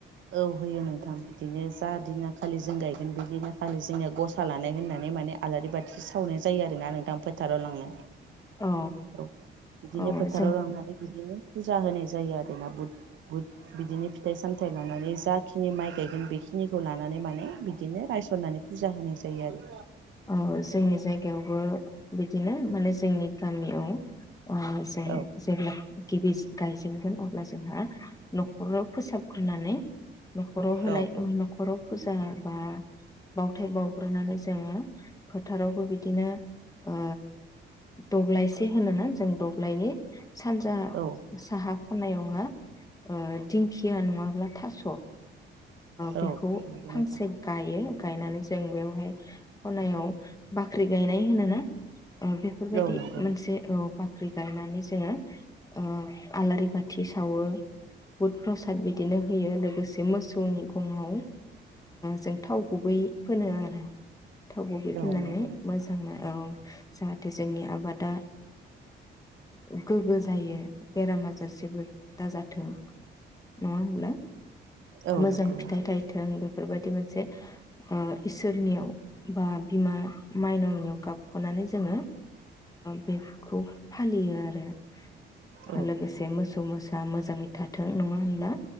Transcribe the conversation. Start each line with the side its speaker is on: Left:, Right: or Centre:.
Right: औ होयो नोंथां बिदिनो जा दिना खालि जों गायगोन बिदिना खालि जोंनिया गसा लानाय होननानै माने आलारि बाथि सावनाय जायो आरोना नोंथां फोथाराव लांनो
Left: औ
Right: औ बिदिनो
Left: औ
Right: फोथाराव
Left: जों
Right: लांनानै बिदिनो फुजा होनाय जायो आरोना बुत बुत बिदिनो फिथाइ सामथाइ फिथाइ लानानै जाखिनि माइ गायगोन बेखिनिखौ लानानै माने बिदिनो रायसननानै फुजा होनाय जायो आरो
Left: औ जोंनि जायगायावबो बिदिनो माने जोंनि गामियाव जों
Right: औ
Left: जेब्ला गिबि गायजेनगोन अब्ला जोंहा न'खराव फोसाबग्रोनानै न'खराव होनाय
Right: औ
Left: न'खराव फुजा बा बाउथाय बावग्रोनानै जोङो फोथारावबो बिदिनो ओ दब्लायसे होनोना जों दब्लायनि सानजाहा
Right: औ
Left: साहा ख'नायावहा दिंखिया नङाब्ला थास' बेखौ
Right: औ नंगौ
Left: फांसे
Right: नोंथां
Left: गायो गायनानै जों बेवहाय खनायाव बाख्रि गायनाय होनोना बेफोरबायदि
Right: औ नंगौ
Left: मोनसे
Right: नोंथां
Left: बाख्रि गायनानै जोङो ओ आलारि बाथि सावो बुद प्रसाद बिदिनो होयो, लोगोसे मोसौनि गङाव जों थाव गुबै फोनो आरो। थाव गुबै फुननानै
Right: औ नंगौ नोंथां
Left: मोजाङा औ जाहाथे जोंनि आबादा गोग्गो जायो बेराम आजार जेबो दाजाथों। नङा होमब्ला?
Right: औ
Left: मोजां
Right: नंगौ
Left: फिथाइ
Right: नोंथां
Left: थायथों बेफोरबाय बिदि मोनसे ओ इसोरनियाव बा बिमा माइनावनियाव गाबख'नानै जोङो बेखौ फालियो आरो आरो
Right: औ
Left: लोगोसे मोसौ मोसा मोजाङै थाथों नङा होनब्ला